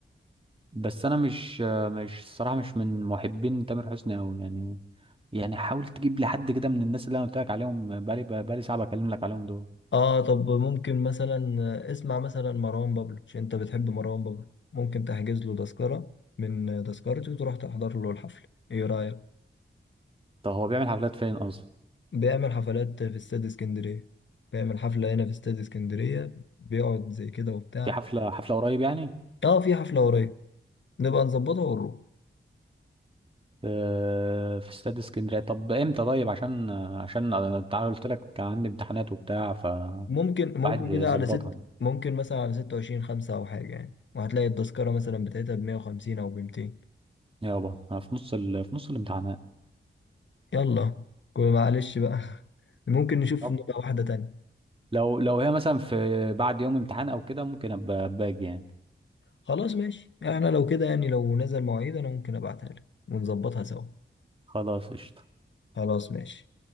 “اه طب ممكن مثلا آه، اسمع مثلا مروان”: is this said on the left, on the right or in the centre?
Left